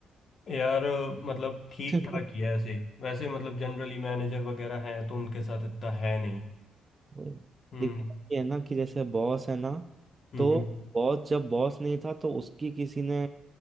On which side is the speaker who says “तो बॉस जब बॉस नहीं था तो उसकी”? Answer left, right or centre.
Right